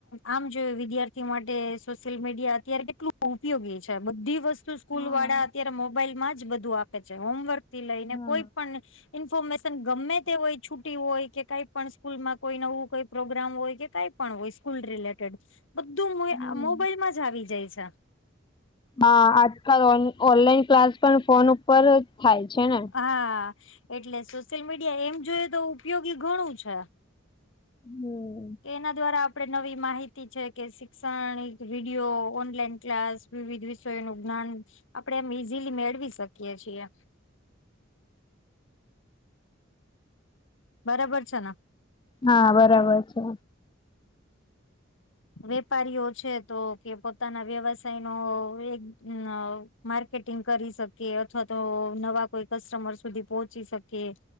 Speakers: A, on the left (about 70°); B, on the left (about 25°).
A: આમ જોયું વિદ્યાર્થી માટે સોશિયલ મીડિયા અત્યારે કેટલું ઉપયોગી છે બધી વસ્તુ સ્કૂલવાળા
B: હા
A: અત્યારે મોબાઈલમાં જ બધું આપે છે, હોમવર્ક થી લઈને
B: હા
A: કોઈ પણ ઇન્ફોર્મેશન ગમે તે હોય છુટી હોય કે કઈ પણ સ્કૂલમાં કોઈ નવું કોઈ પ્રોગ્રામ હોય કે કઈક પણ હોય સ્કૂલ રિલેટેડ બધું
B: હમ.
A: મોબાઈલમાં જ આવી જાય છે.
B: હા આજકાલ ઓનલાઈન ક્લાસ પણ ફોન ઉપર થાય છે ને
A: હા એટલે સોશિયલ મીડિયા એમ જોઈએ તો ઉપયોગી ઘણું છે.
B: <unintelligible>
A: કે એના દ્વારા આપે નવી માહિતી છે કે શિક્ષણ વિડીયો ઓનલાઈન ક્લાસ વિવિધ વિષયોનું જ્ઞાન આપડણે એમ ઈઝીલી મેળવી શકીએ છીએ બરાબર છે ન.
B: હા બરાબર છે.
A: વેપારીઓ છે તો કે પોતાના વ્યવસાય નો એક માર્કેટિંગ કરી શકે અથવા તો નવા કોઈ કસ્ટમર સુધી પહોંચી શકે